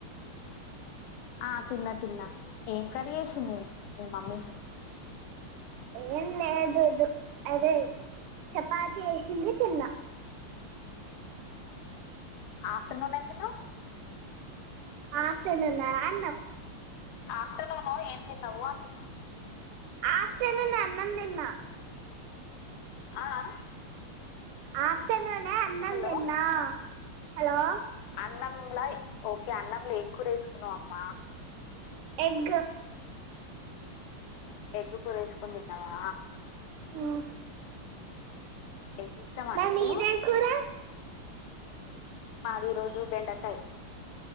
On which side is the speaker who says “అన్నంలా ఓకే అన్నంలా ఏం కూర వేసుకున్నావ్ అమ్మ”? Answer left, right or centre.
Left